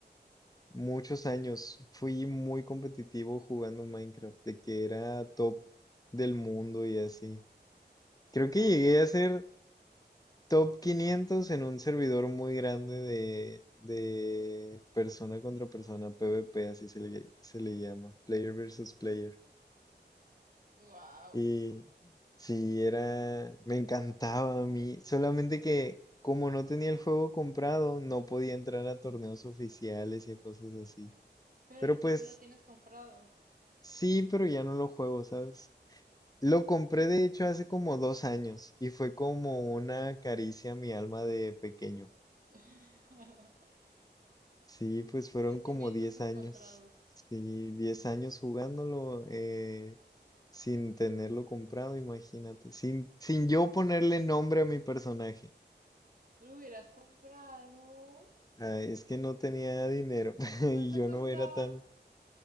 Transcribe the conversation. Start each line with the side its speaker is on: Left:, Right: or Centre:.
Left: Muchos años fui muy competitivo jugando Minecraft, de que era top del mundo y así. Creo que
Right: Ay,
Left: llegué
Right: creo que
Left: a
Right: es.
Left: ser top 500 en un servidor muy grande de, de persona contra persona, PvP, así se le, se le llama, player versus player.
Right: Wow.
Left: Y sí, era, me encantaba a mí, solamente que como no tenía el juego comprado, no podía entrar a torneos oficiales y a cosas así.
Right: Pero
Left: Pero
Right: ahorita
Left: pues
Right: sí lo tienes comprado.
Left: Sí, pero ya no lo juego, ¿sabes? Lo compré de hecho hace como dos años y fue como una caricia a mi alma de pequeño.
Right: <laughs>
Left: Sí, pues fueron
Right: Sentimientos
Left: como 10
Right: encontrados.
Left: años. Sí, 10 años jugándolo eh, sin tenerlo comprado, imagínate. Sin, sin yo ponerle nombre a mi personaje.
Right: ¿Lo hubieras comprado?
Left: Ah, es que no tenía dinero <laughs> y
Right: ¿Cuánto
Left: yo
Right: costaba?
Left: no era tan